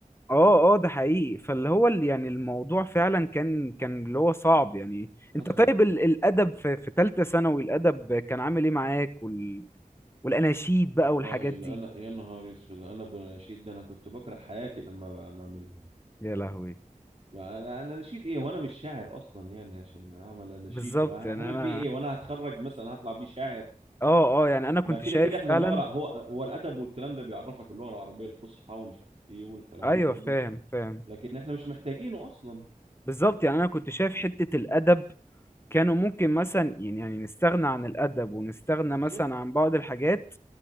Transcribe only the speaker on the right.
حصل
والله
لا انا يا نهار اسود انا ابو الاناشيد ده انا كنت بكره حياتي لما ب- بعملهم
انا انا نشيد ايه وانا مش شاعر اصلا يعني عشان اعمل اناشيد
وهعمل
بيه ايه وانا هتخرج مثلا هطلع بيه شاعر
ما كده
كده احنا
اللغه الع- هو هو الادب والكلام ده بيعرفك اللغه العربيه الفصحى ومش عارف ايه والكلام
ده كله
لكن احنا مش محتاجينه اصلا
بالظبط